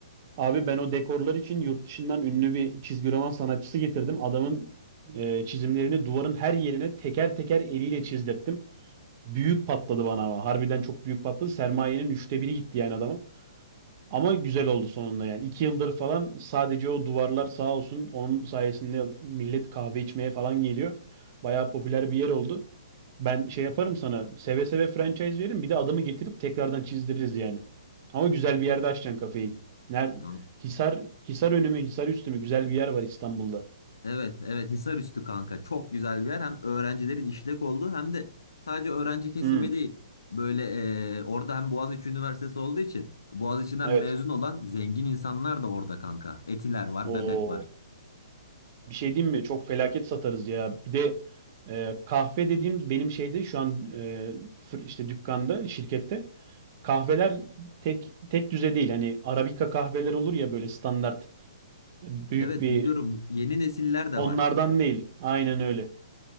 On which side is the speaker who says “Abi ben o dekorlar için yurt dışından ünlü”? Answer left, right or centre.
Right